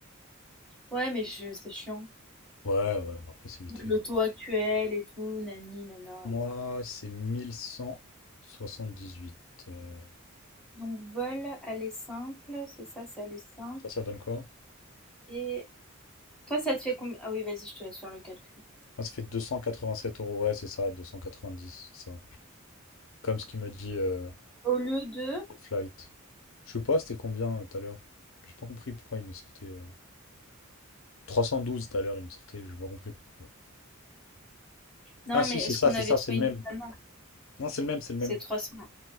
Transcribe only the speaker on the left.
Ouais, ouais, bon, après, c'est vite
fait.
Moi,
c'est 1178. euh,
Ça, ça donne quoi?
Ah, ça fait 287 euros, ouais, c'est ça, 290, c'est ça. Comme ce qu'il me dit euh,
Flight. Je sais pas, c'était combien euh, tout à l'heure? J'ai pas compris pourquoi il me sortait. euh, trois cent douze tout à l'heure, il me sortait, j'ai pas compris pourquoi.
Ah, si,
c'est
ça,
c'est
ça,
c'est le même.
Non, c'est le même, c'est le même.